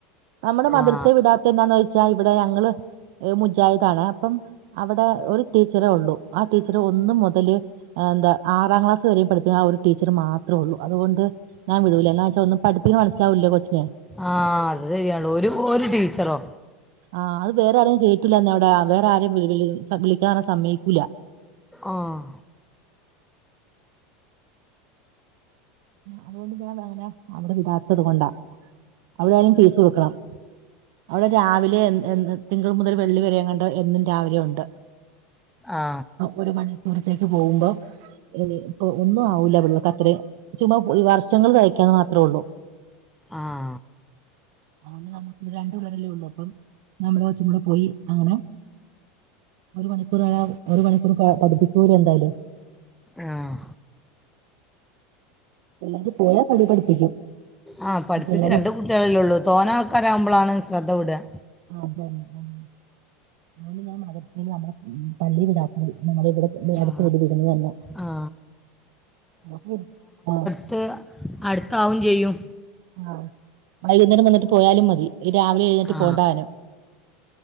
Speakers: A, on the right; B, in the centre.
A: നമ്മുടെ മദർസേ
B: ആ
A: വിടാത്തെ എന്താന്ന് വെച്ചാ ഇവിടെ ഞങ്ങള് ഏഹ് മുജാഹിദാണ് അപ്പം അവിടെ ഒരു ടീച്ചറേ ഉള്ളൂ ആ ടീച്ചർ ഒന്ന മുതല് എന്താ ആറാം ക്ലാസ് വരെയും പഠിക്കുന്ന ആ ഒരു ടീച്ചർ മാത്രേ ഉള്ളൂ അതുകൊണ്ട് ഞാൻ വിടൂല എന്നാച്ചഒന്നും പഠിപ്പികുന്നെ മനസാവൂല്ല കൊച്ച്ന്
B: ആഹ് അത് ശരിയാണ് ഒരു ഒരു ടീച്ചറോ
A: ആഹ് അത് വേറെ ആരെയും കേയ്റ്റില്ല അവിടെ വേറെ ആരെയും വി വിളിക്കാ സമ്മയ്ക്കുല്ല
B: ആഹ്
A: അതുകൊണ്ട് ഞാൻ അതെങ്ങനെ അവിടെ ഇല്ലാത്തത് കൊണ്ടാ അവിടെയാലും ഫീസ് കൊടുക്കണം അവിടെ രാവിലെ എ തിങ്കൾ മുതൽ വെള്ളി വര എങ്ങാണ്ട് എന്നും രാവിലെ ഉണ്ട്
B: ആ
A: ഒരു മണിക്കൂറത്തേക്ക് പോകുമ്പോം ഇപ്പൊ ഒന്നും ആവൂല്ല പിള്ളക്ക അത്രയും ചുമ്മാപോയി വർഷങ്ങൾ കഴിക്കാന്ന് മാത്രേ ഉള്ളൂ
B: ആഹ്
A: <inaudible> അത്കൊണ്ട് നമുക്ക് ഇവിടെ രണ്ടു പിള്ളാരല്ലേ ഉള്ളൂ അപ്പം നമ്മുടെ കൊച്ചും കൂടെ പോയി അങ്ങനെ ഒരു മണിക്കൂർ ആയാ ഒരു മണിക്കൂർ പഠിപ്പിക്കൂലെ എന്തായാലും
B: ആഹ്
A: <unintelligible> പഠിപ്പിക്കും
B: ആഹ് പഠിപ്പിക്ക
A: പിള്ളേര്
B: രണ്ട് കുട്ടികളല്ലെ ഉള്ളൂ തോനെ ആൾക്കാരാവകുമ്പോളാണ് ശ്രദ്ധ വിടാ വിടഅ.
A: അതന്നെ ആഹ് അതുകൊണ്ട് ഞാൻ മദ്രസേൽ നമ്മുടെ പള്ളി വിടാതെ നമ്മുടെ ഇവിടെ നീ അടുത്ത്
B: ആ
A: വെടി വിടുന്നത് തന്നെ
B: ആ
A: അഹ് ആഹ്
B: ത്ത് അടുത്താവും ചെയ്യും
A: ആഹ് വൈകുന്നേരം വന്നിട്ട് പോയാലും മതി രാവിലെ എഴുന്നിട്ട്
B: ആ
A: പോണ്ടാനും